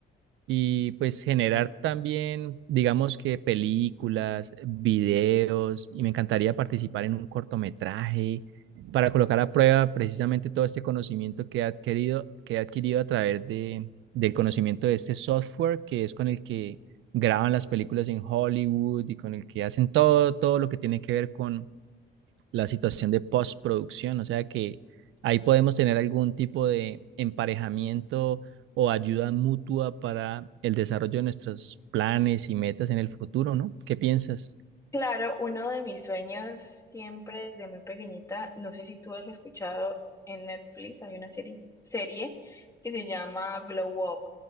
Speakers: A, on the right; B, on the left.
A: y pues generar también, digamos que películas, videos, y me encantaría participar en un cortometraje para colocar a prueba precisamente todo este conocimiento que he adquirido, que he adquirido a través de, del conocimiento de este software que es con el que graban las películas en Hollywood y con el que hacen todo, todo lo que tiene que ver con la situación de postproducción, o sea que ahí podemos tener algún tipo de emparejamiento o ayuda mutua para el desarrollo de nuestros planes y metas en el futuro, ¿no? ¿Qué piensas?
B: Claro, uno de mis sueños siempre desde muy pequeñita, no sé si tú has escuchado en Netflix, hay una serie, serie que se llama Glow Up,